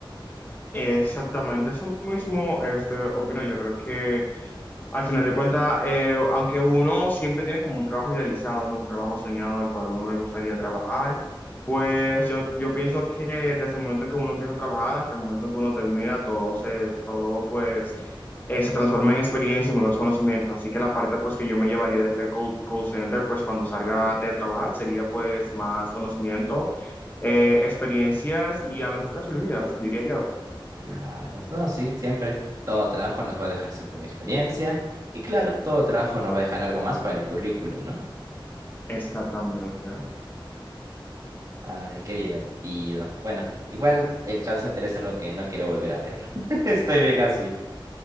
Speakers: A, on the left; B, on the right.
A: Exactamente, eso mismo este, opino yo. Creo que al final de cuentas, eh, aunque uno siempre tiene como un trabajo idealizado, ¿no? Un trabajo soñado del cual uno le gustaría trabajar, Pues yo, yo pienso que desde el momento en que uno empieza a trabajar hasta el momento en que uno termina, todo se, todo pues eh, se transforma en experiencia y nuevos conocimientos. Así que la parte pues que yo me llevaría de este call, call center, pues cuando salga de trabajar, sería pues más conocimiento, eh, experiencias y aventuras vividas, diría yo.
B: Claro, no, sí, siempre todo trabajo nos va a dejar siempre una experiencia y claro, todo trabajo nos va a dejar algo más para el currículum, ¿no?
A: Exactamente.
B: Ay, qué divertido. Bueno, igual el call center es algo que no quiero volver a ver. <laughs> Estoy bien así.